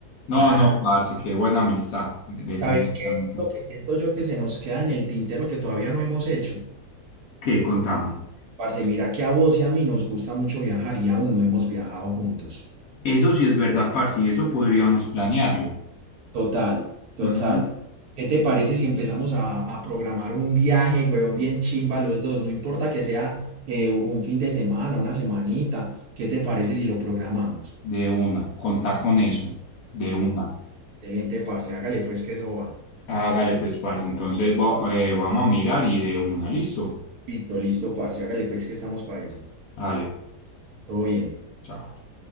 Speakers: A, on the left; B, on the right.
A: No,
B: Claro.
A: no, parce, qué buena amistad, definitivamente.
B: ¿Sabes qué es lo que siento yo que se nos queda en el tintero que todavía no hemos hecho?
A: ¿Qué? Contame.
B: Parce, mira que a vos y a mí nos gusta mucho viajar y aún no hemos viajado juntos.
A: Eso sí es verdad, parce, y eso podríamos planearlo.
B: Total, total.
A: Ujú.
B: ¿Qué te parece si empezamos a, a programar un viaje, huevón, bien chimba los dos? No importa que sea eh, un fin de semana, una semanita. ¿Qué te parece si lo programamos?
A: De una, contá con eso, de una.
B: Excelente, parce. Hágale pues que eso va.
A: Hágale pues, parce. Entonces va- eh, vamos a mirar y de una, listo.
B: Listo, listo, parce. Hágale pues que estamos para esa.
A: Hágale.
B: Todo bien.
A: chao.